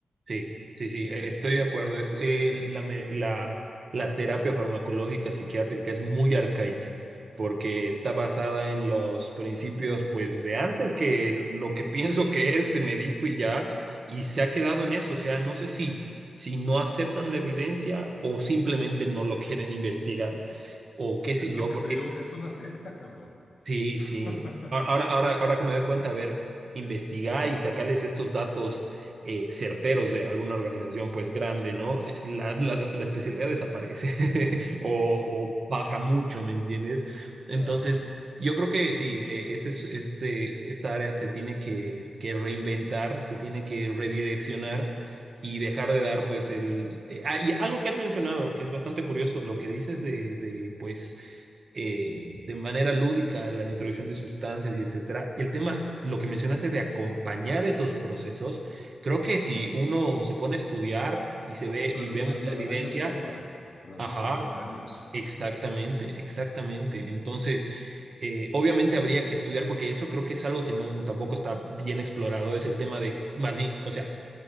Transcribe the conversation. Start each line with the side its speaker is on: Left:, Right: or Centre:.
Right: Sí, sí, sí, e- estoy de acuerdo. Es eh, la, me- la, la terapia farmacológica psiquiátrica es muy arcaica porque está basada en los principios, pues, de antes que lo que <laughs> pienso que es, te medico y ya, y se ha quedado en eso. O sea, no sé si, si no aceptan la evidencia o simplemente no lo quieren investigar o qué
Left: Es
Right: sé
Left: lo
Right: yo,
Left: que
Right: porque
Left: te digo, que es una secta, cabrón.
Right: Sí,
Left: <laughs>
Right: sí. A- Ahora, ahora, ahora que me doy cuenta, a ver, investigar y sacarles estos datos eh, certeros de alguna organización pues grande, ¿no? Eh, La, la, la especialidad desaparece <laughs> o, o baja mucho, ¿me entiendes? Entonces,
Left: Claro.
Right: yo creo que sí, eh, este, es- este, esta área se tiene que, que reinventar, se tiene que redireccionar y dejar de dar pues el... eh, ah, y algo que has mencionado, que es bastante curioso, lo que dices de, de pues eh, de manera lúdica la introducción de sustancias y etcétera. El tema, lo que mencionaste de acompañar esos procesos, creo que si uno se pone a estudiar y se ve
Left: Reducción
Right: y vemos la
Left: de
Right: evidencia,
Left: daños, compa. Reducción
Right: ajá,
Left: de daños.
Right: exactamente, exactamente. Entonces, eh, obviamente habría que estudiar porque eso creo que es algo que no tampoco está bien explorado, es el tema de más bien, o sea,